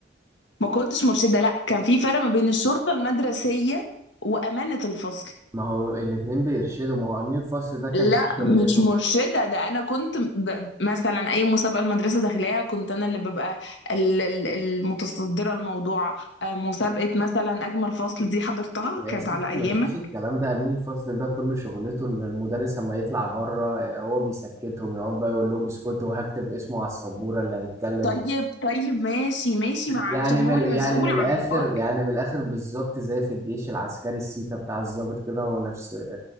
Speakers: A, on the left; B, on the right.
A: ما كنتش مرشده لا كان في فرق ما بين الشرطه المدرسيه وامانه الفصل
B: ما هو الاتنين بيرشدوا ما هو أمين الفصل ده كان
A: لا
B: إيه شغلته
A: مش مرشدة ده أنا كنت ب... مثلا أي مسابقة المدرسة داخلاها كنت أنا اللي ببقى ال- ال- المتصدرة الموضوع آه، مسابقة مثلا أجمل فصل دي حضرتها
B: يا
A: كانت
B: ستي
A: على أيام
B: ما فيش الكلام ده امين الفصل ده كل شغلته ان المدرس اما يطلع بره آه، هو بيسكتهم يقعد بقى يقول لهم اسكتوا وهكتب اسمه على السبوره اللي هيتكلم
A: طيب
B: وب-
A: طيب ماشي ماشي ما علشان
B: يعني من
A: هو المسؤول
B: يعني من الاخر
A: عن الفصل
B: يعني من الاخر بالظبط زي في الجيش العسكري السيكا بتاع الضابط كده هو نفس